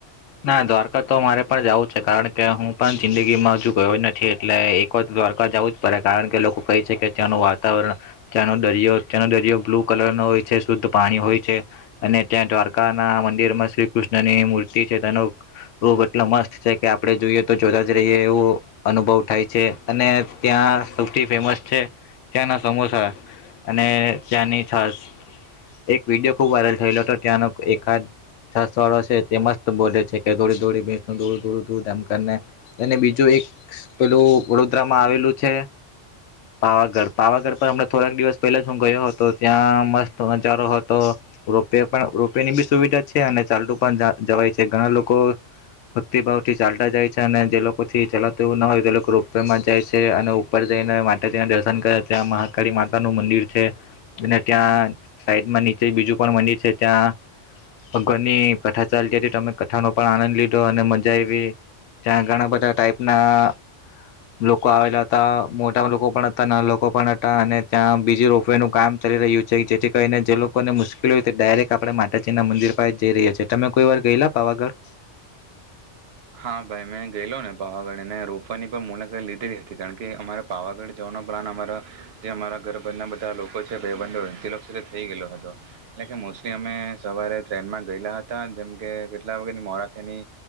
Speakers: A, on the left; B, on the right.
A: ના દ્વારકા તો મારે પણ જવું છે કારણ કે હું પણ જિંદગીમાં હજુ ગયો નથી એટલે એક વાત દ્વારકા જવું જ પડે કારણ કે લોકો કઈ છે કે ત્યાંનું વાતાવરણ ત્યાંનો દરિયો ત્યાનો દરિયો બ્લુ કલર નો હોય છે શુદ્ધ પાણી હોય છે અને ત્યાં દ્વારકા ના મંદિર માં શ્રી કૃષ્ણની મૂર્તિ નો રૂપ એટલો મસ્ત છે કે આપણે જોઈએ તો જોતા જ રહીએ એવો અનુભવ થાય છે અને ત્યાં સૌથી ફેમસ છે ત્યાંના સમોસા અને ત્યાંની છાસ એક વિડીયો ખુબ વાયરલ થયેલો હતો ત્યાંનો એકાદ છ વાળો છે તે મસ્ત બોલે છે થોડી થોડી ભેંસોડું ધોડું ધોડું ધામને અને બીજું એક પેલું વડોદરામાં આવેલું છે પાવાગઢ પાવાગઢ પર હમ થોડાક દિવસ પહેલા જ હું ગયો હતો ત્યાં મસ્ત નજારો હતો રોપવે પણ રોપવે ની બી સુવિધા છે અને ચાલતું પણ જવાય છે તે ઘણા લોકો ભક્તિભાવ થી ચાલતા જાય છે અને જે લોકો થી ચલાતું એવું ના હોય તે લોકો રોપવે માં જાય છે અને ઉપર જઈને માતાજીના દર્શન કરે ત્યાં મહાકાળી માતા નું મંદિર છે અને ત્યાં સાઈડમાં નીચે બીજું પણ મંદિર છે ત્યાં ભગવાન ની કથા ચાલતીથી તમે કથાનો પણ આનંદ લીધો અને મજા આવી ત્યાં ઘણા બધા ટાઈપ ના લોકો આવેલા હતા મોટા લોકો પણ હતા નાના લોકો પણ હતા અને ત્યાં બીજી રોફવે નું કામ ચલી રહ્યું છે જેથી કરીને જે લોકોને મુશ્કેલી હોય તે ડાયરેક્ટ આપે માતાજી ના મંદિર પાસે જઈ રહ્યા છે તમે કોઈ વાર ગયેલા પાવાગઢં
B: હા ભાઈ મેં ગયેલો ને પાવાગઢને રોપવાની પણ મુલાકાત લીધેલી હતી કારણ કે અમારે પાવાગઢ જવાનો પ્લાન અમારા જે અમારા ઘરબના બધા લોકો છે ભાઈબંધો તે થઈ ગયેલો હતો એટલે કે મોસ્ટલી અમે સવારે ટ્રેનમાં ગયેલા હતા જેમ કે કેટલા વખત મોરાખેની